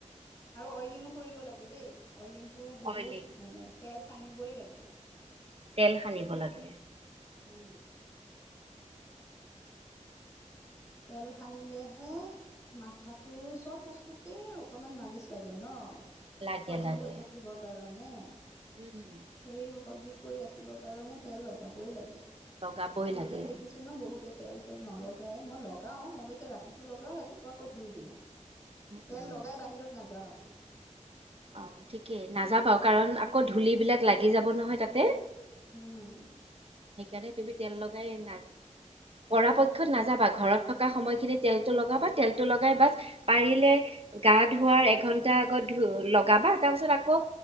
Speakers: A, on the left; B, on the right.
A: আৰু অইলিঙো কৰিব লাগে দেই। অইলিংটো বহুত
B: অইলি
A: মানে তেল সানিবই লাগে।
B: তেল সানিব লাগে।
A: উম! তেল সানিলেহে মাথাটো চব বস্তুকে অকমান মালিচ লাগে ন।
B: লাগে
A: সজিব
B: লাগে
A: হৈ থাকিবৰ কাৰণে।
B: উম!
A: সেই সজীৱ কৰি ৰাখিবৰ কাৰণে তেল লগাবই লাগে। আজিকালি
B: লগাবই লাগে।
A: দেখিছোঁ ন বহুতে তেল-চেল নলগাই মই লগাও মই অৱশ্যে ৰাতিটো লগাও ৰাতিপুৱা ধুই দিওঁ।
B: উম,
A: তেল
B: উম।
A: লগাই বাহিৰত নাযাওঁ আৰু।
B: অঁ! ঠিকেই নাযাবাও কাৰণ আকৌ ধূলিবিলাক লাগি যাব নহয় তাতে।
A: উম!
B: সেইকাৰণে তুমি তেল লগাই না পৰাপক্ষত
A: উম
B: নাযাবা ঘৰত থকা থকা সময়খিনি তেলটো লগাবা তেলটো লগাই বাদ পাৰিলে গা ধোৱাৰ এঘন্টা আগত ধু লগা বা এটা পাছত আকৌ